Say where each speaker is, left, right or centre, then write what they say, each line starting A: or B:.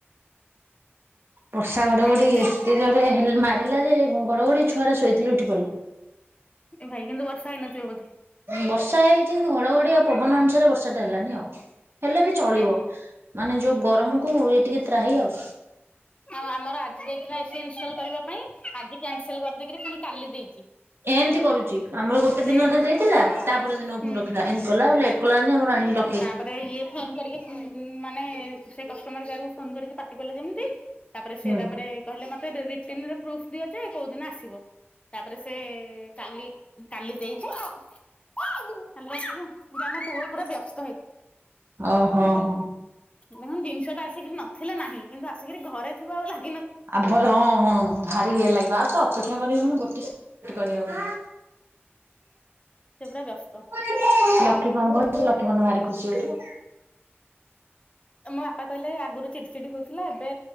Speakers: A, on the right (about 60°); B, on the left (about 25°).
A: ବର୍ଷା ଘଡ ଘଡି
B: ଆମର ତ
A: ଏତେ ଜୋରେ ଥରେ ମାରିଲା ଯେ ଘଡଘଡି ଛୁ କୁଆଡେ ଶୋଇଥିଲେ ଉଠି ପଡିଲୁ।
B: ଏ ଭାଇ କିନ୍ତୁ ବର୍ଷା ହେଇନଥିବ ବୋଧେ‌‌।
A: ବର୍ଷା ହେଇଛି କିନ୍ତୁ ଘଡଘଡି ଆଉ ପବନ ଅନୁସାରେ ବର୍ଷା ଟା ହେଲାନି ଆଉ ହେଲେ ବି ଚଳିବ
B: ହୁଁ ହୁଁ।
A: ମାନେ ଯୋଉ ଗରମ କୁ ଟିକେ ତ୍ରାହି ଆଉ।
B: ଆଉ ଆମର ଆଜି ଦେଇଥିଲା ଏସି ଇନଷ୍ଟଲ୍ କରିବା ପାଇଁ ଆଜି କ୍ୟାନସେଲ କରିଦେଇକିରି ପୁଣି କାଲି ଦେଇଚି।
A: ଏମତି କରୁଛି ଆମର ଗୋଟେ
B: ସେ
A: ଦିନ ଦେଇଦେଇଥିଲା ତାପରେ ଦିନକୁ
B: ହୁଁ
A: ଫୁଣି ରଖିଲା ଏମିତି କଲା ଲେଟ୍ କଲାନ୍ତି ଆମର ଆଣିକି ର
B: ତାପରେ ଇଏ ଫୋନ୍ କରିକି ମାନେ ସେ କଷ୍ଟମର କେୟାରକୁ ଫୋନ କରିକି ପାଟିଗଲେ ଯେମିତି ତାପରେ ସେଏ
A: ହୁଁ।
B: ତାପରେ କହିଲେ ମତେ ଦେବୀ। ସିମ୍ ରେ ପ୍ରୁଫ୍ ବି ଅଛି କୋଉ ଦିନ ଆସିବ ତାପରେ ସେ କାଲି କାଲି ଦେଇଚ <inaudible> କାଲି ଆସିବ ଜଣେ ପୁଅ ପୁରା ବ୍ୟ
A: ଓ ହୋ ହଁ।
B: ମୁଁ ଜିନିଷ ଟା ଆସିକି ନଥିଲେ ନାହିଁ କିନ୍ତୁ ଆସିକିରି ଘରେ ଥିବା ଆଉ ହେଲା
A: ଆଉ ଭଲ ହଁ ହଁ ଭାରି ଇଏ ଲାଗିବ ଆଉ ତ ଅପେକ୍ଷା କର ହଉନି ଗୋଟେ ସେ ପଡି ହବନି <unintelligible>
B: ସେ ପୁରା ବ୍ୟସ୍ତ
A: ଲକି କଣ କହୁଛି? ଲକି ମନ ଭାରି ଖୁସି ହେଇଥିବା।
B: ଏମୋ ବାପା କହିଲେ ରା ଗରୁ ଚିଡିଚିଡି ହଉଥିଲା। ଏବେ